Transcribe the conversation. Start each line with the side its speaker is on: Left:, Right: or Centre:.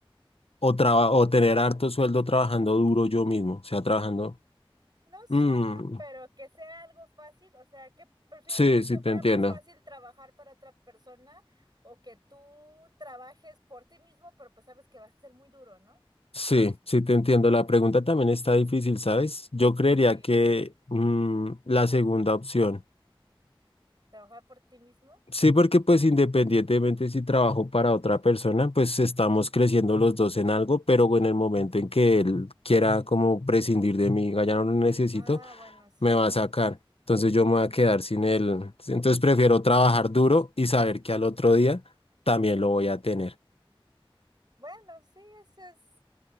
Left: o, traba- o tener harto sueldo trabajando duro yo mismo, o sea, trabajando.
Right: No sueldo,
Left: Mm,
Right: pero que sea algo fácil. O sea, ¿que preferirías
Left: sí, sí,
Right: que
Left: te
Right: fuera
Left: entiendo.
Right: más fácil trabajar para otra persona o que tú trabajes por ti mismo, pero pues sabes que va a ser muy duro, ¿no?
Left: Sí, sí, te entiendo. La pregunta también está difícil, ¿sabes? Yo
Right: Sí.
Left: creería que mm, la segunda opción.
Right: Trabajar por ti mismo.
Left: Sí, porque pues independientemente si trabajo para otra persona, pues estamos creciendo los dos en algo, pero en el momento en que él quiera como prescindir de mí, diga, ya no lo necesito.
Right: Ah, bueno, sí.
Left: me va a sacar. Entonces yo me voy a quedar sin él. Entonces prefiero trabajar duro y saber que al otro día también lo voy a tener.
Right: Bueno, sí, eso es.